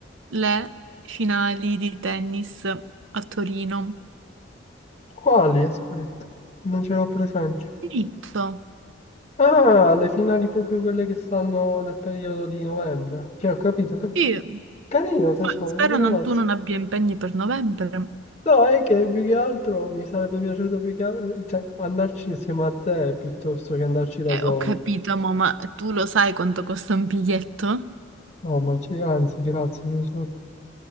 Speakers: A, on the right (about 80°); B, on the left (about 35°).
A: le finali di tennis a Torino.
B: Quali? Aspetta, non ce l'ho presente.
A: Diritto.
B: Ah, le finali proprio quelle che stanno nel periodo di novembre. Che ho capito, ho cap-
A: Sì,
B: Carino, tesoro,
A: ma spero
B: grazie.
A: non- tu non abbia impegni per novembre.
B: No, è che più che altro mi sarebbe piaciuto più che al- cioè, andarci insieme a te piuttosto che andarci da
A: Eh,
B: solo.
A: ho capito, mo, ma tu lo sai quanto costa un biglietto?
B: No, ma c'è, anzi, grazie, tesoro.